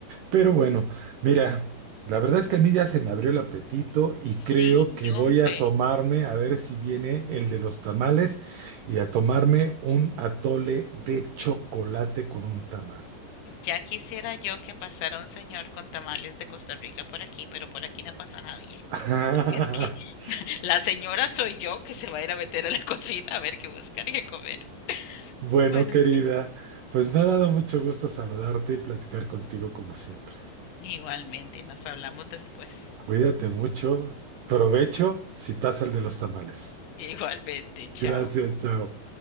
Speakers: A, on the right; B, on the left.
A: Pero bueno, mira, la verdad es que a mí ya se me abrió el apetito y creo
B: Sí,
A: que voy
B: hombre.
A: a asomarme a ver si viene el de los tamales y a tomarme un atole de chocolate con un tamal.
B: Ya quisiera yo que pasara un señor con tamales de Costa Rica por aquí, pero por aquí no pasa nadie.
A: <laughs>
B: Así es que <laughs> la señora soy yo que se va a ir a meter a la cocina a ver qué buscar y qué comer.
A: Bueno,
B: Bueno,
A: querida,
B: chicos.
A: pues me ha dado mucho gusto saludarte y platicar contigo como siempre.
B: Igualmente, nos hablamos después.
A: Cuídate mucho, provecho si pasa el de los tamales.
B: Igualmente, chao.
A: Gracias, chao.